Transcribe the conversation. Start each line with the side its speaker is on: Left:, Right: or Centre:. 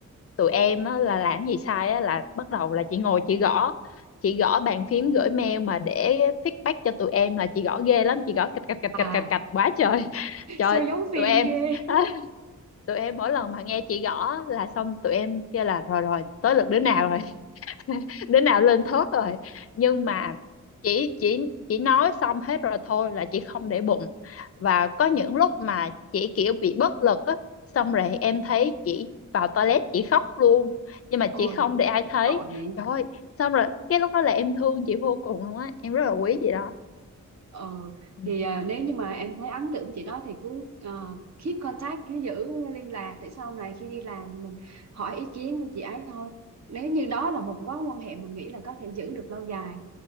Left: tụi em á, là làm gì sai á, là bắt đầu là chị ngồi chị gõ chị gõ bàn phím gửi mail mà để feedback cho tụi em là chị gõ ghê lắm chị gõ cạch cạch cạch
Right: à
Left: cạch cạch cạch quá trời <laughs> trời
Right: sao
Left: ơi,
Right: giống phim
Left: tụi em
Right: ghê
Left: <laughs> tụi em mỗi lần mà nghe chị gõ là xong tụi em kêu là rồi rồi tới lượt đứa nào rồi <laughs> đứa nào lên thớt rồi nhưng mà chỉ chỉ chỉ nói xong hết rồi thôi là chị không để bụng và có những lúc mà chị kiểu bị bất lực á xong rồi
Right: Ừ.
Left: em thấy chị vào toilet chị khóc luôn nhưng mà chị
Right: ôi
Left: không để ai thấy
Right: tội nhỉ
Left: trời ơi xong rồi cái lúc đó là em thương chị vô cùng luôn á em rất là quý chị đó
Right: ờ
Left: ừ
Right: thì à, nếu như mà em thấy ấn tượng chị đó thì cứ ờ, keep contact cứ giữ liên lạc để sau này khi đi làm thì mình hỏi ý kiến của chị ấy thôi nếu như đó là một mối quan hệ mình nghĩ là có thể giữ được lâu dài